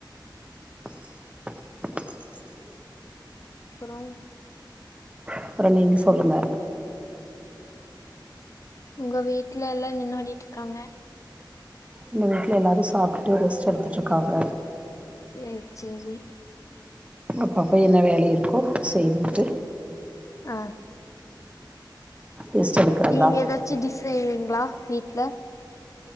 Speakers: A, on the right; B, on the left.
A: <inaudible>
B: அப்பறோ
A: அப்பற நீங்க சொல்லுங்க
B: உங்க வீட்ல எல்லா என்ன பண்ணிட்ருக்காங்க
A: எங்க வீட்ல எல்லாரு சாப்டுட்டு ரெஸ்ட் எடுத்துட்ருக்காங்க
B: சேர் சேரி
A: அப்பப்ப என்ன வேலை இருக்கோ செய்துக்கிட்டு
B: ஆ
A: ரெஸ்ட் எடுக்கிறது
B: நீங்க
A: தா
B: எதாச்சு டிஸ் செய்வீங்ளா வீட்ல